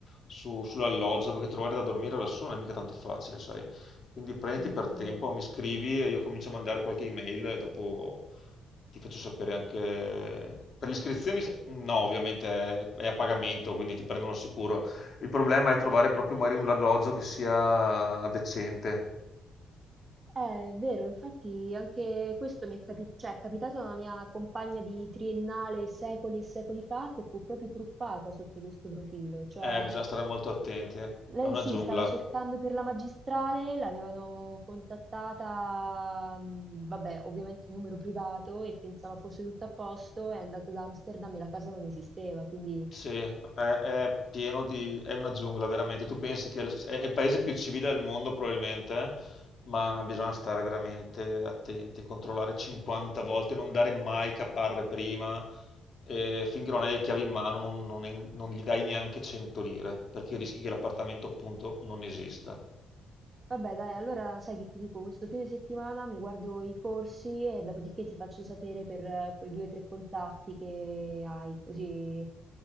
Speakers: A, on the left; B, on the right.
A: su- sull'alloggio, perché trovare da dormire lassù non è mica tanto facile, sai? Quindi prenditi
B: Mm,
A: per
B: vero.
A: tempo, mi scrivi e io comincio a mandare qualche email e dopo ti faccio sapere anche... Per le iscrizioni, se- no, ovviamente è è a pagamento, quindi ti prendono sicuro. Il problema è trovare proprio magari un alloggio che sia decente.
B: Eh, è vero, infatti anche questo mi è capi- cioè, è capitato a una mia compagna di triennale secoli e secoli fa che fu proprio truffata sotto questo profilo, cioè
A: Eh, bisogna stare molto attenti, eh.
B: lei
A: È una
B: sì,
A: giungla.
B: stava cercando per la magistrale, l'avevano contattata, mh, vabbè, ovviamente numero privato e pensava fosse tutto a posto, è andato da Amsterdam e la casa non esisteva, quindi
A: Sì, è, è pieno di... è una giungla, veramente. Tu pensi che è il- è il paese più civile al mondo, probabilmente, eh? ma bisogna stare veramente attenti, controllare 50 volte, non dare mai caparre prima. E finché non hai le chiavi in mano non, non non gli dai neanche 100 lire, perché rischi che l'appartamento appunto non esista.
B: Vabbè, dai, allora sai che ti dico, questo fine settimana mi guardo i corsi e dopodiché ti faccio sapere per eh, quei due o tre contatti che hai, così